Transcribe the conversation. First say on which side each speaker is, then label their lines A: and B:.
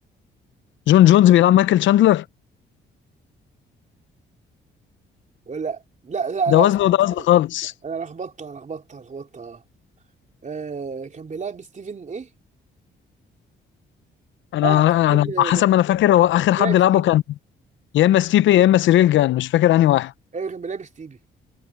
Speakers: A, on the left; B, on the right.
A: جون جونز بيلعب مايكل شاندلر
B: ولا لا لا
A: ده
B: لا
A: وزنه
B: استنى
A: وده
B: استنى
A: وزن خالص
B: انا لخبطت انا لخبطت أنا لخبطت اه آه، كان بيلعب ستيفن ايه؟
A: انا
B: اه ستيفن
A: انا
B: كان
A: حسب ما انا فاكر هو اخر
B: بيلعب
A: حد لعبه
B: ستيفن
A: كان يا اما ستيبي يا اما سيريل جان مش فاكر انهي واحد
B: ايوه كان بيلعب ستيفن